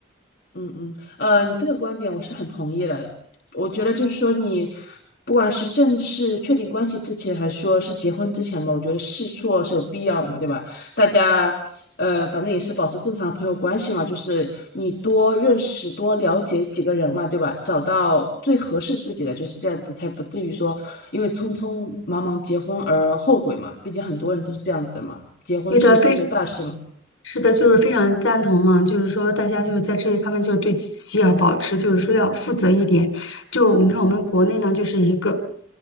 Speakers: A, on the left; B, on the left.
A: 嗯嗯呃，你这个观点我是很同意的。我觉得就是说，你不管是正式确定关系之前，还是说是结婚之前嘛，我觉得试错是有必要的嘛，对吧？大家呃，反正也是保持正常的朋友关系嘛，就是你多认识、多了解几个人嘛，对吧？找到最合适自己的，就是这样子，才不至于说因为匆匆忙忙结婚而后悔嘛。毕竟很多人都是这样子的嘛，结婚是一辈子的大事嘛。
B: 有的非是的，就是非常赞同嘛，就是说大家就是在这一方面，就是对自己要保持，就是说要负责一点。就你看我们国内呢，就是一个